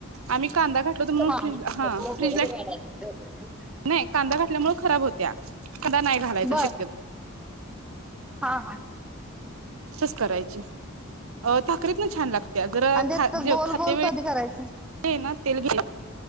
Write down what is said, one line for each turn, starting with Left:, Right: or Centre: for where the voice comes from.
Right: आम्ही कांदा घातलो होतो म्हणून
Centre: <unintelligible>
Right: फ्रीज हा फ्रीजला
Centre: <unintelligible>
Right: नाही कांदा घातल्यामुळे खराब होत्या कांदा नाही घालायचा
Centre: बर
Right: शक्यतो
Centre: हा हा
Right: तच करायची अ ताकरीत ना छान लागत त्याग्र
Centre: आणि त्याच
Right: ख जे
Centre: गोल
Right: खाते
Centre: गोल
Right: वेळ
Centre: कधी करायचं
Right: ना, <unintelligible> तेल घ्याला